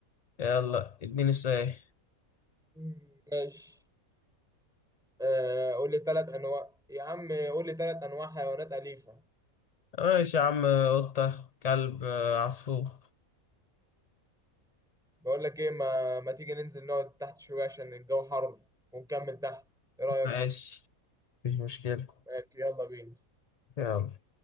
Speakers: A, on the left; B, in the centre.
A: يلا اديني سؤال
B: مم. ماشي آه، قول لي تلات أنواع يا عم قول لي تلات أنواع حيوانات أليفة
A: ماشي يا عم قطة كلب آه، عصفور
B: بقول لك ايه ما, ما تيجي ننزل نقعد تحت شوية عشان الجو حر ونكمل تحت ايه رأيك
A: ماشي مفيش مشكلة
B: ماشي يلا بينا
A: يلا